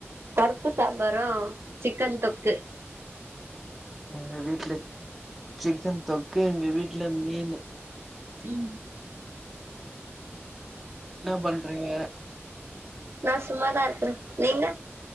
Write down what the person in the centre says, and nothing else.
உங்க வீட்ல சிக்கன் தொக்கு எங்க வீட்ல மீனு
என்ன பண்றீங்க